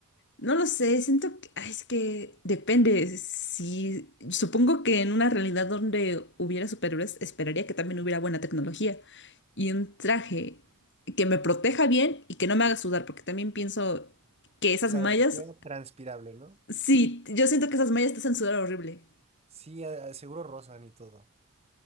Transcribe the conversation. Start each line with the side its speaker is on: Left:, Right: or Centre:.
Left: No lo sé, siento que ay, es que depende. Si supongo que en una realidad donde hubiera superhéroes, esperaría que también hubiera buena tecnología y un traje que me proteja bien y que no me haga sudar, porque también pienso que esas
Right: Claro,
Left: mallas,
Right: que sea transpirable, ¿no?
Left: sí, yo siento que esas mallas te hacen sudar horrible.
Right: Sí, a- a- seguro rozan y todo.